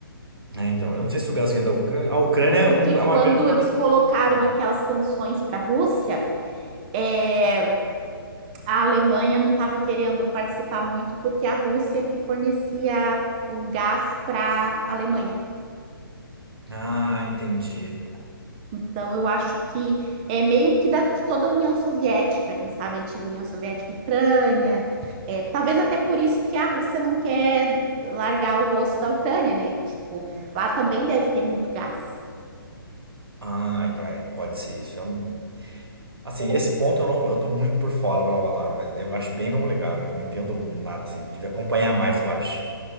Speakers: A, on the right; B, on the right.
A: né? então, eu não sei se o gás vinha da Ucrânia. A Ucrânia é,
B: Porque
A: um- é uma
B: quando
A: grande exportadora
B: eles colocaram
A: de coisa.
B: aquelas sanções para a Rússia, é, a Alemanha não estava querendo participar muito, porque a Rússia que fornecia o gás para a Alemanha.
A: Ah, entendi.
B: Então, eu acho que é meio que da, de toda a União Soviética ali, sabe? A antiga União Soviética, Ucrânia. É, talvez até por isso que a Rússia não quer largar o osso da Ucrânia, né? Tipo, lá também deve ter muito gás.
A: Ah, então é, pode ser isso. Eu não... Assim, esse ponto eu não, eu tô muito por fora pra falar, mas eu acho bem complicado. Eu não entendo nada assim. Devia acompanhar mais, eu acho.